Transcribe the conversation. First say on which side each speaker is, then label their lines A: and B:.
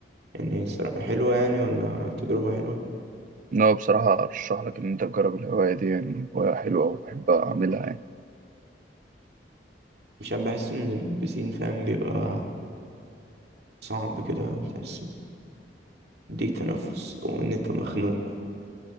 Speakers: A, on the right; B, on the right.
A: يعني سر- حلوة يعني ولا تجربة حلوة
B: لا بصراحه ارشح لك ان انت تجرب الهوايه دي يعني هوايه حلوه وبحب اعملها يعني
A: مش عارف بحس ان البسين فاهم بيبقى صعب كده تحس دي تنفس او ان انت مخنوق